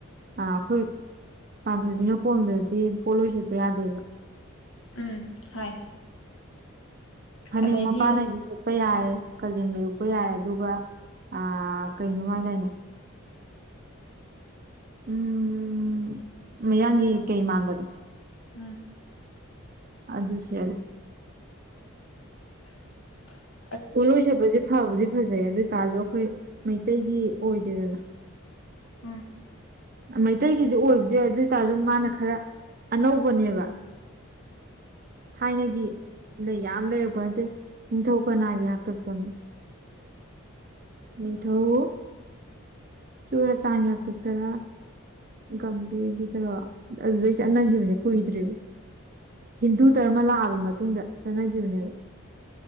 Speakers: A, on the right; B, on the left.
A: ꯑ ꯈꯣꯏ ꯄꯥꯟꯊꯣꯏꯕꯤꯅ ꯀꯣꯟꯕꯗꯗꯤ ꯄꯣꯂꯣꯏ ꯁꯦꯠꯄ ꯌꯥꯗꯦꯕ
B: ꯎꯝ ꯍꯥꯏ
A: ꯐꯅꯦꯛ
B: ꯑꯗꯩꯗꯤ
A: ꯃꯄꯥꯟ ꯅꯥꯏꯕꯤ ꯁꯦ ꯄ ꯌꯥꯏꯌꯦ ꯀꯖꯦꯡ ꯂꯩ ꯎꯞꯄ ꯌꯥꯏ ꯑꯗꯨꯒ ꯑ ꯀꯩꯅꯣꯝꯍꯥꯏꯗꯥꯏꯅꯦ ꯎꯝ ꯃꯌꯥꯡꯒꯤ ꯀꯩ ꯃꯥꯟꯕꯗꯣ
B: ꯎꯝ
A: ꯑꯗꯨ ꯁꯦꯠꯂꯦ
B: <inaudible>
A: ꯄꯣꯂꯣꯏ ꯁꯦꯠꯄꯖꯦ ꯐꯕꯨꯗꯤ ꯐꯖꯩ ꯑꯗꯨꯢ ꯇꯥꯔꯖꯨ ꯈꯣꯏ ꯃꯩꯇꯩꯒꯤ ꯑꯣꯏꯗꯦꯗꯅ
B: ꯎꯝ
A: ꯃꯩꯇꯩꯒꯤꯗꯤ ꯑꯣꯏꯕꯗꯤ ꯑꯣꯏ ꯑꯗꯨ ꯇꯥꯔꯁꯨ ꯃꯥꯅ ꯈꯔ ꯑꯅꯧꯕꯅꯦꯕ ꯊꯥꯏꯅꯒꯤ ꯌꯥꯝ ꯂꯩꯔꯛꯄ ꯅꯠꯇꯦ ꯅꯤꯡꯊꯧ ꯀꯅꯥꯒꯤ ꯍꯥꯛꯇꯛꯇꯅꯣ ꯅꯤꯡꯊꯧ ꯆꯨꯔꯆꯥꯟꯒꯤ ꯍꯥꯛꯇꯛꯇꯔꯥ ꯒꯝꯚꯤꯔꯒꯤꯗꯔꯣ ꯑꯗꯨꯗꯩ ꯆꯠꯅꯒꯤꯕꯅꯦ ꯀꯨꯏꯗ꯭ꯔꯤꯕ ꯍꯤꯟꯗꯨ ꯗꯔꯃ ꯂꯥꯛꯑꯕ ꯃꯇꯨꯡꯗ ꯆꯠꯅꯒꯤꯕꯅꯦꯕ